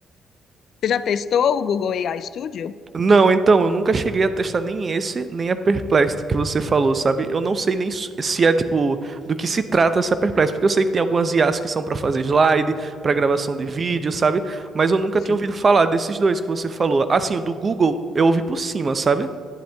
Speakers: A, on the left (about 65°); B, on the right (about 40°).
A: Você já testou o Google AI Studio?
B: Não, então, eu nunca cheguei a testar nem esse, nem a Perplexity que você falou, sabe? Eu não sei nem s- se é, tipo, do que se trata essa Perplexity, porque eu sei que tem algumas IAs que são para fazer slide, para gravação de vídeo, sabe? Mas eu nunca
A: Sim.
B: tinha ouvido falar desses dois que você falou. Assim, o do Google eu ouvi por cima, sabe?